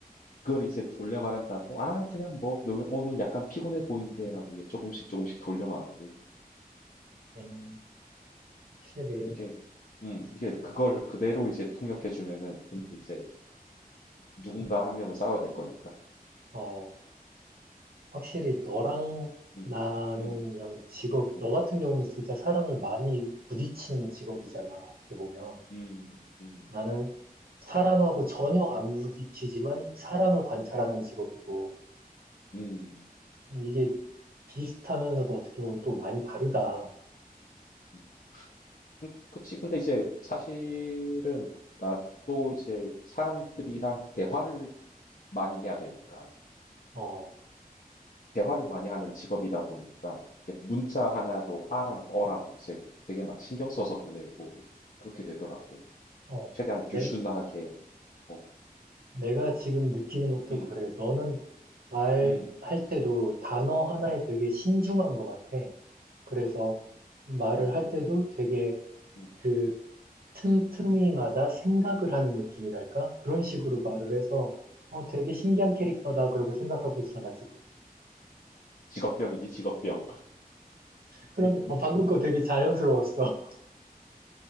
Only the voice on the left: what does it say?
그걸 이제 돌려 말한다고, 아, 그냥 뭐, 너 오늘 약간 피곤해 보인대라고 이제 조금씩 조금씩 돌려 말하고,
이게, 음, 이게 그걸 그대로 이제 통역해주면은 그날 이제 누군가 한 명은 싸워야 될 거니까.
음,
음,
음,
음, 음,
음.
음. 그, 그치. 근데 이제 사실은 나도 이제 사람들이랑 대화를 많이 해야 되니까.
대화를 많이 하는 직업이다 보니까 이렇게 문자 하나도 아랑 어랑 이제 되게 막 신경 써서 보내고 그렇게 되더라고.
최대한
유순하게 어,
음,
음,
음,
음,
음.
아,
직업병이지 직업병.
<laughs>
어,